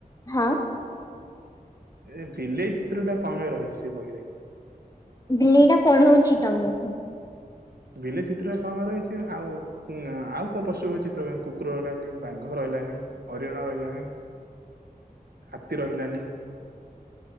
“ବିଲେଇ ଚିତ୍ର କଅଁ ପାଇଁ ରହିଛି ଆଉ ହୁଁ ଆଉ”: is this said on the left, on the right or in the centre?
Right